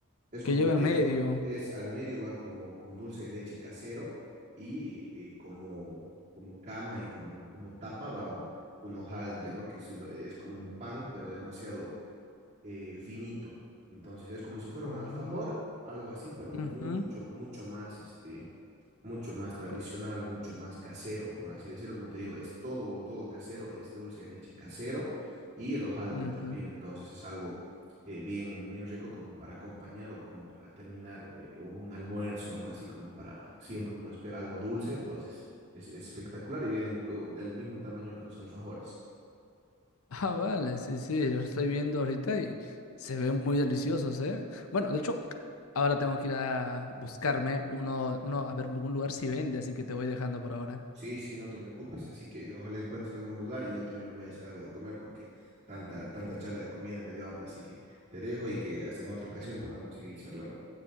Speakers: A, on the right; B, on the left.
A: Es
B: que
A: como
B: lleva
A: te
B: en
A: digo,
B: medio.
A: es al medio va como con dulce de leche casero y, y como, como cama y como, como tapa va un, un hojaldre, ¿no? Que es, es como un pan, pero demasiado, eh, finito. Entonces es como si fuera
B: Ah,
A: un alfajor, algo así, pero
B: ujú,
A: mucho, mucho más, este, mucho más tradicional,
B: co-
A: mucho más casero, por así decirlo. Como te digo, es todo, todo casero, es dulce de leche casero y el hojaldre
B: ujú.
A: también. Entonces es algo eh, bien, bien rico como para acompañar o como para terminar eh, un almuerzo, algo así, como para siempre uno espera algo dulce. Entonces es, es espectacular y vienen co- del mismo tamaño que los alfajores.
B: Ah, vale, sí, sí, los estoy viendo ahorita y se ven muy deliciosos, ¿eh? Bueno, de hecho, ahora tengo que ir a buscarme uno, uno a ver algún lugar si vende, así que te voy dejando por ahora.
A: Sí, sí, no te preocupes, así que ojalá encuentres algún lugar y yo también voy a hacer algo de comer porque tanta, tanta charla de comida me dio hambre, así que te dejo y que hasta en otra ocasión podamos seguir charlando.